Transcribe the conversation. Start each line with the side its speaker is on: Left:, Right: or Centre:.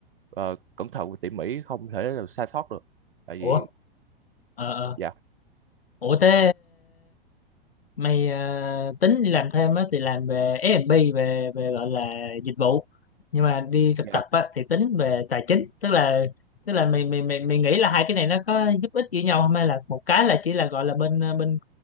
Right: ờ, cẩn thận và tỉ mỉ không thể là sai sót được tại
Left: ủa
Right: vì
Left: ờ ờ.
Right: dạ
Left: ủa thế mày ờ, tính đi làm thêm á thì làm về F&B về về gọi là dịch vụ nhưng mà đi thực
Right: dạ
Left: tập á thì tính về tài chính tức là tức là mày mày mày mày nghĩ là hai cái này nó có giúp ích gì nhau không hay là một cái là chỉ là gọi là bên ờ, bên